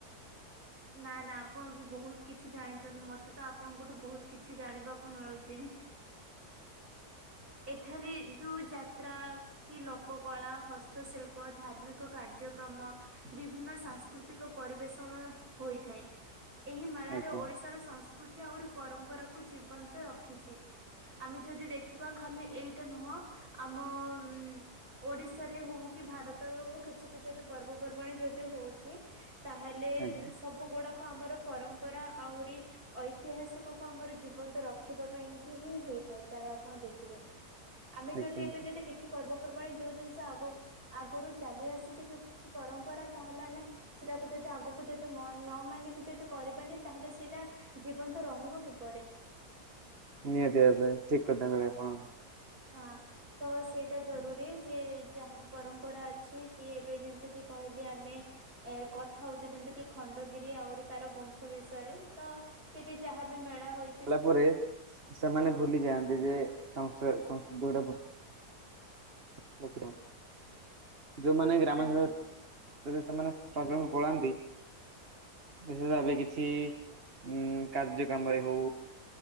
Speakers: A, on the right; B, on the right.
A: ନା ନା ଆପଣ ବି ବହୁତ୍ କିଛି ଜାଣିଚନ୍ତି ମତେ ତ ଆପଣଙ୍କଠୁ ବହୁତ୍ କିଛି ଜାଣିବାକୁ ମିଳୁଚି। ଏଠାରେ ଯୋଉ ଯାତ୍ରା କି ଲୋକ କଳା ହସ୍ତଶିଳ୍ପ ଧାର୍ମିକ କାର୍ଯ୍ୟକ୍ରମ ବିଭିନ୍ନ ସାଂସ୍କୃତିକ ପରିବେଷଣ ହିଁ ହୋଇଥାଏ। ଏହି ମେଳାରେ
B: ଆଜ୍ଞା
A: ଓଡି଼ଶାର ସଂସ୍କୃତି ଆଉରି ପରମ୍ପରାକୁୁ ଜୀବନ୍ତ ରଖିଚି ଆମେ ଯଦି ଦେଖିବା ଖାଲି ଏଇଟା ନୁହଁ ଆମ ଉଁ ଓଡି଼ଶାରେ ହୋଉ କି ଭାରତରେ ହୋଉ କିଛି ପି ଯଦି ପର୍ବପର୍ବାଣି ଯଦି ହଉଚି ତାହେଲେ
B: ଆଜ୍ଞା
A: ସବୁ ଗୁଡ଼ାକ ଆମର ପରମ୍ପରା ଆହୁରି ଐତିହାସିକୁ ଆମର ଜୀବନ୍ତ ରଖିବା ପାଇଁ କିି ହିଁ ହେଇଥାଏ। ପ୍ରାୟେ ଆପଣ ଦେଖିବେ ଆମେ ଯଦି
B: ଆଜ୍ଞା।
A: ଏବେ ଯଦି କିଛି ପର୍ବପର୍ବାଣି ଯୋଉ ଜିନ୍ଷ ଆଗ ଆଗରୁ ଚାଲି ଆସିଚି କି କିଛି ପରମ୍ପରା ତାହେଲେ ଆମେ ସେଇଟାକୁ ଯଦି ଆଗକୁ ଯଦି ମ ନ ମାନିକି ଯଦି କରିବନି ତାହେଲେ ସେଇଟା ଜୀବନ୍ତ ରହିବ କିପରି।
B: ନିଆତି ଭାବେ ଠିକ୍ କଥା କହିଲେ ଆପଣ।
A: ହଁ। ତ ସେଇଟା ଜରୁରୀ ଯେ ଯାହା ବି ପରମ୍ପରା ଅଛି କି ଏବେ ଯେମିତି କିି କହିଲି ଆମେ ଏ କଥା ହଉଚେ ଯେମିତି କି ଖଣ୍ଡଗିରି ଆହୁରି ତାର ଗୁମ୍ଫା ବିଷୟରେ ତ ତିରି ଯାହାବି ମେଳା ହୋଇ
B: କଲା ପରେ ସ ସେମାନେ ଭୁଲି ଯାଆନ୍ତି ଯେ ସଂସା ସଂସ୍କୃଟା ଭୁ <unintelligible> ଯୋଉମାନେ ଗ୍ରାମାଘର
A: ଆଜ୍ଞା
B: ଯଦି ସେମାନେ ଶ୍ରଜମ କୁ ପଳାନ୍ତି ବିଶେଷ ଭାବେ କିଛି ଉଁ କାର୍ଯ୍ୟ କାମରେ ହଉ